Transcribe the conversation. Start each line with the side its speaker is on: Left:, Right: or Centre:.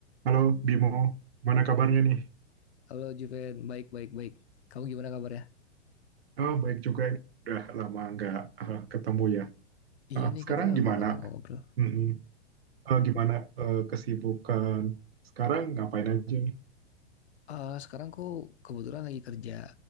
Right: Halo Bimo, mana kabarnya nih?
Left: Halo Juven, baik baik baik. Kamu gimana kabarnya?
Right: Oh, baik juga ini. Udah lama nggak eh, ketemu ya.
Left: Iya
Right: Ah,
Left: nih
Right: sekarang
Left: kita
Right: gimana?
Left: udah lama gak ngobrol.
Right: Mm-mm. Eh, gimana eh, kesibukan? Sekarang ngapain aja nih?
Left: Ah sekarang aku kebetulan lagi kerja